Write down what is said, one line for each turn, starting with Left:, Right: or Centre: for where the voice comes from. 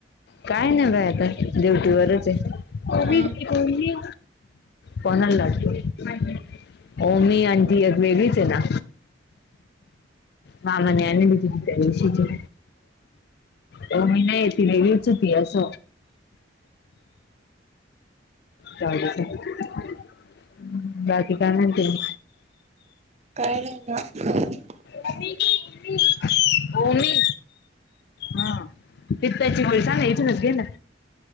Left: काय नाही बगा आता ड्युटी वरच आहे. कोबी
Right: हा
Left: की तोंडली. कोणाला लाटत हो मी अंटी एक वेगळीच आहे ना, मामा नी आणली त्या दिवशी ची तोंडली नाही ती वेगळी च होती अस. काय भी संगती. ह बाकी काय म्हणते मग.
Right: काय नाही ग.
Left: ह ह <unintelligible> ओमी. हा पित्ता ची गोळी सांगयची ना, घे ना.